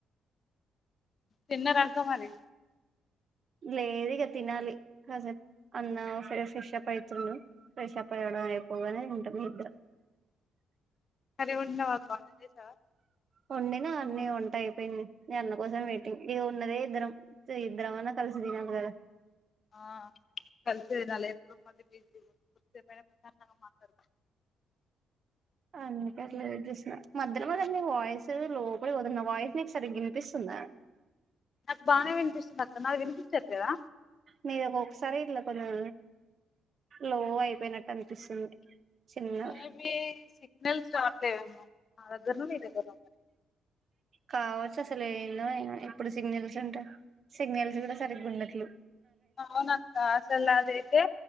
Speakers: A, on the left; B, on the right.
A: తిన్నరా అక్కా మరి
B: లేదు ఇగ తినాలి కాసేప్ అన్న ఫ ఫ్రెషఅప్ అయితుండు ఫ్రెష్అప్ అవ్వడం అయ్పోగానే ఉంటది నిద్ర
A: అరే వొండినవా అక్కా జేసావా
B: వొండినా అన్నీ వంట అయిపోయింది నీ అన్న కోసం వెయిటింగ్ ఇది ఉన్నదే ఇద్దరం ఇద్దరం అన కలిసి దినల్ల కదా
A: ఆ కలిసి దినల్ల ఎప్పుడు మళ్ళీ బిజి కొద్ది సేపైనా ప్రశాంతంగా మాట్లాడతారు
B: అందుకే అట్లా జేసేసిన మధ్యలో మద నీ వాయిస్ లోపడి పోతుంది నా వాయిస్ నీకు సరిగ్గ ఇనిపిస్తుందా
A: నాకు బానే వినిపిస్తుంది అక్క నాది వినిపిచ్చట్లేదా
B: నీది ఒకొక్కసారి ఇలా కొంచెం లో అయిపోయినట్టు అనిపిస్తుంది చిన్నగా
A: మేబి సిగ్నల్స్ రావట్లేదేమో నా దగ్గర్నా నీ దగ్గర్నా
B: కావచ్చు అసలు ఏమ్ లే సిగ్నల్స్ ఉంటయి సిగ్నల్స్ కూడా సరిగ్గున్నట్లు
A: అవునక్క అసలు నాదైతే